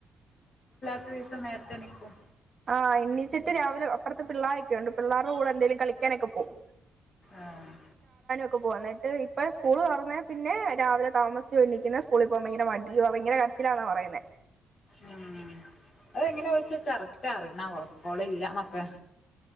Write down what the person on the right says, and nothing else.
ആഹ് ഇണീച്ചിട്ട് രാവിലെ അപ്പുറത്ത് പിള്ളാരൊക്കെയുണ്ട് പിള്ളാരുടെ കൂടെ എന്തേലും കളിക്കാനൊക്കെ പോവും.
ക്കെ പോവും എന്നിട്ട് ഇപ്പ സ്കൂള് തുറന്നേ പിന്നെ രാവിലെ താമസിച്ചും എണീക്ക്ന്ന് സ്കൂളി പോവാൻ ഭയങ്കര മടിയുവ ഭയങ്കര കരച്ചിലാന്ന പറയ്ന്നേ.